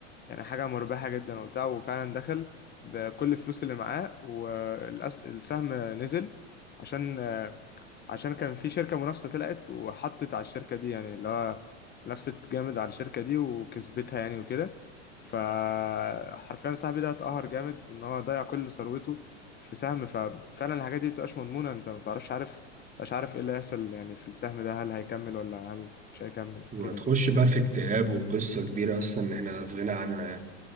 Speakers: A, on the left (about 25°); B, on the right (about 20°).
A: يعني حاجة مربحة جدا وبتاع وفعلا دخل بكل الفلوس اللي معاه والسهم نزل عشان عشان كان في شركة منافسة طلعت وحطت على الشركة دي يعني اللي هو نفست جامد على الشركة دي وكسبتها يعني وكده فحرفيا صاحبي ده اتقهر جامد ان هو ضيع كل ثروته في سهم ففعلا الحاجات دي مبتبقاش مضمونة انت مبتعرفش عارف مش عارف ايه اللي هيحصل يعني في السهم ده هل هيكمل ولا هل مش هيكمل
B: وهتخش
A: كده يعني
B: بقى في اكتئاب وقصة كبيرة أصلا إحنا في غنى عنها يعني